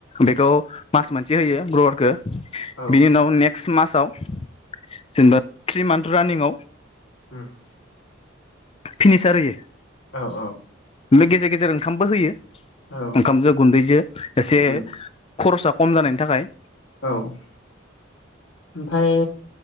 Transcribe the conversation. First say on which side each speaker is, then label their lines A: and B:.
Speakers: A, on the left (about 30°); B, on the left (about 75°).
A: बेखौ मास मोनसे होयो ग्रवारखौ।
B: औ
A: बिनि उनाव नेक्स्ट मासाव जेनेबा थ्रि मान्थ रानिंआव
B: हम।
A: फिनिसार होयो।
B: औ औ।
A: बे गेजेर गेजेर ओंखामबो होयो
B: औ
A: ओंखामजों गुन्दैजों एसे
B: उम
A: खरसा खम जानायनि थाखाय।
B: औ ओमफ्राय